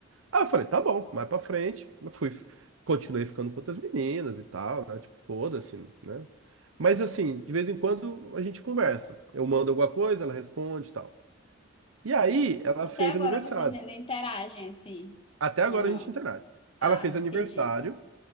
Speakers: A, on the right; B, on the left.
A: Ah, eu falei, tá bom, mais pra frente. Eu fui, continuei ficando com outras meninas e tal, né? Tipo, foda-se, né? Mas assim, de vez em quando a gente conversa. Eu mando alguma coisa, ela responde e tal. E aí, ela
B: Até
A: fez
B: agora
A: aniversário.
B: vocês ainda interagem assim,
A: Até agora
B: ou não?
A: a gente interage.
B: Ah,
A: Ela fez
B: entendi.
A: aniversário,